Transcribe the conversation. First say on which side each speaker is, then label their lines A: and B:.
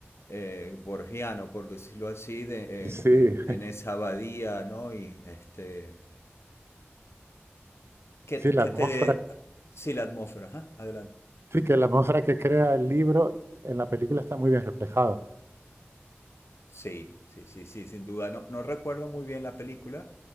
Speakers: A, on the left; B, on the right.
A: eh, borgiano, por decirlo así, de-
B: Sí,
A: en, en- en
B: <laughs>
A: esa abadía, ¿no? Y este que
B: Sí,
A: te,
B: la
A: que
B: atmósfera,
A: te dé... Sí, la atmósfera, ajá, Adelante.
B: sí, que la atmósfera que crea el libro en la película está muy bien reflejada.
A: Sí, sí, sí, sí, sin duda. No, no recuerdo muy bien la película,